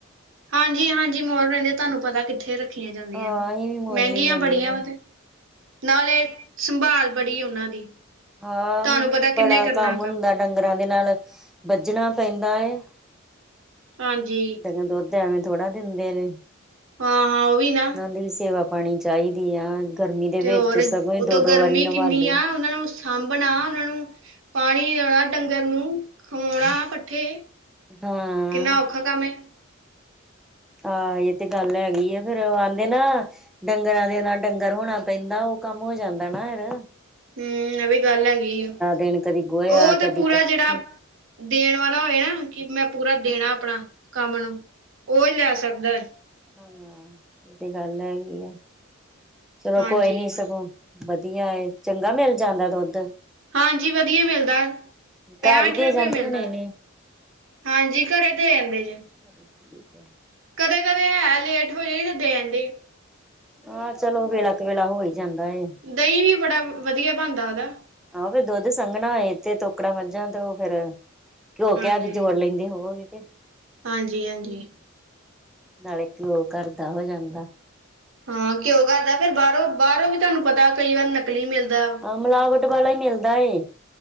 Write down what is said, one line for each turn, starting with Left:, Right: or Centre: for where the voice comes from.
Right: ਹਾਂਜੀ ਹਾਂਜੀ, ਮੋਲ ਰੈੰਦੇ ਤਾਨੂੰ ਪਤੈ ਕਿੱਥੇ ਰੱਖੇ ਈਆਂ ਜਾਂਦੀਐਂ,
Centre: ਹਾਂ ਅਸੀਂ ਵੀ ਮੁੱਲ
Right: ਮ੍ਹੈਂਗੀਆਂ
Centre: ਈ ਲੈਂਦੇ
Right: ਬੜੀਆਂ
Centre: ਆ।
Right: ਵਾ ਤੇ। ਨਾਲੇ ਸੰਭਾਲ ਬੜੀ ਓਨਾਂ ਦੀ।
Centre: ਆ
Right: ਤੁਹਾਨੂੰ
Centre: ਓ
Right: ਪਤਾ ਕਿੰਨੇ
Centre: ਬੜਾ
Right: ਕਰਨਾ
Centre: ਕੰਮ ਹੁੰਦੈ। ਡੰਗਰਾਂ ਦੇ ਨਾਲ ਬੱਜਣਾ ਪੈਂਦਾ ਏ,
Right: ਹਾਂਜੀ
Centre: ਡੰਗਰ ਦੋ ਦ ਐਵੇਂ ਥੋੜ੍ਹਾ ਦਿੰਦੇ ਨੇ,
Right: ਹਾਂ ਹਾਂ ਉਹ ਵੀ ਨਾ
Centre: ਓਨਾਂ ਦੀ ਵੀ ਸੇਵਾ-ਪਾਣੀ ਚਾਈਦੀ ਆ। ਗਰਮੀ ਦੇ
Right: ਤੇ
Centre: ਵਿੱਚ
Right: ਔਰ,
Centre: ਸਗੋਂ ਹੀ
Right: ਉਤੋਂ
Centre: ਦੋ ਦੋ
Right: ਗਰਮੀ
Centre: ਵਾਰੀ ਨਵਾਲੋ
Right: ਕਿੰਨੀ ਆ ਓਨਾਂ ਨੂੰ ਹਾਂਬਣਾ, ਓਨਾਂ ਨੂੰ ਪਾਣੀ ਔਣਾ ਡੰਗਰ ਨੂੰ। ਖਵੋਣਾ ਪੱਠੇ,
Centre: ਹਾਂ
Right: ਕਿੰਨਾ ਔਖਾ ਕੰਮ ਐ।
Centre: ਆਂ ਏ ਤੇ ਗੱਲ ਹੈਗੀ ਆ, ਫੇਰ ਆਂਦੇ ਨਾ ਡੰਗਰਾਂ ਦੇ ਨਾਲ ਡੰਗਰ ਹੋਣਾ ਪੈਂਦਾ ਓ ਕੰਮ ਹੋ ਜਾਂਦਾ ਨਾ ਹੇਰ।
Right: ਹਮ, ਐ ਵੀ ਗੱਲ ਹੈਗੀ ਆ,
Centre: ਦਿਨ ਕਦੀ ਗੋਹਾ
Right: ਓ ਤੇ
Centre: ਕਦੀ
Right: ਪੂਰਾ
Centre: ਪੱਠੇ
Right: ਜੇੜਾ ਦੇਣ ਵਾਲਾ ਹੋਏ ਨਾ ਕੀ ਮੈਂ ਪੂਰਾ ਦੇਣਾ ਆਪਣਾ ਕੰਮ ਨੂੰ ਓ ਈ ਲੈ ਸਕਦੈ।
Centre: ਹਾਂ, ਏ ਤੇ ਗੱਲ ਐਗੀ ਆ, ਚਲੋ
Right: ਹਾਂਜੀ
Centre: ਕੋਈ ਨੀ ਸਗੋਂ ਵਧੀਆ ਏ, ਚੰਗਾ ਮਿਲ ਜਾਂਦਾ ਦੋਧ?
Right: ਹਾਂਜੀ ਵਧੀਆ ਮਿਲਦਾ, ਪੈਂਠ
Centre: ਘਰ ਹੀ ਦੇ
Right: ਰਪਏ
Centre: ਜਾਂਦੇ
Right: ਮਿਲਦਾ।
Centre: ਹੋਣੇ ਨੇ
Right: ਹਾਂਜੀ ਘਰੇ ਦੇ ਐਂਦੇ ਜੇ।
Centre: ਚਲੋ ਠੀਕ ਹੈ
Right: ਕਦੇ- ਕਦੇ ਐ ਲੇਟ ਹੋ ਜਾਈਏ ਤੇ ਦੇਣ ਡੇ।
Centre: ਆ, ਚਲੋ ਵੇਲਾ ਕੁਵੇਲਾ ਹੋ ਹੀ ਜਾਂਦਾ ਏ।
Right: ਦਹੀਂ ਵੀ ਬੜਾ ਵਧੀਆ ਬਣਦਾ ਉਹਦਾ।
Centre: ਆਹੋ, ਦੁੱਧ ਸੰਘਣਾ ਏ ਇਤੇ ਤੋਕੜਾਂ ਮੱਝਾਂ ਤੋਂ ਫਿਰ ਘਿਓ
Right: ਹਾਂਜੀ
Centre: ਘਿਆ ਵੀ ਜੋੜ ਲੈਂਦੇ ਹੋਵੋਗੇ ਕੇ?
Right: ਹਾਂਜੀ ਹਾਂਜੀ
Centre: ਨਾਲੇ ਘਿਓ ਘਰ ਦਾ ਹੋ ਜਾਂਦਾ।
Right: ਹਾਂ, ਘਿਓ ਘਰਦਾ, ਫਿਰ ਬਾਰੋਂ, ਬਾਰੋਂ ਵੀ ਤੁਆਨੂੰ ਪਤਾ ਕਈ ਵਾਰ ਨਕਲੀ ਮਿਲਦਾ।
Centre: ਔ ਮਿਲਾਵਟ ਵਾਲਾ ਈ ਮਿਲਦਾ ਏ।